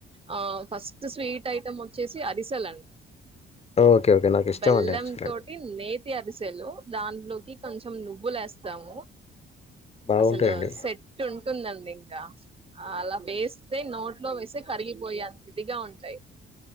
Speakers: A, on the right; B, on the left.
A: ఆ ఫస్ట్ స్వీట్ ఐటెం వచ్చేసి అరిసెల్ అండి
B: ఓకే ఓకే నాకు ఇష్టం
A: బెల్లం
B: అండి అవి
A: తోటి నేతి అరిసి వుంటలు దానిలోకి కొంచం నువ్వులు వేస్తాము
B: బాగుంటాయండి
A: అసలు సెట్ ఉంటుందండి ఇంకా అలా వేస్తే నోట్లో వేసి కరిగిపోయి అంతదిగా ఉంటాయి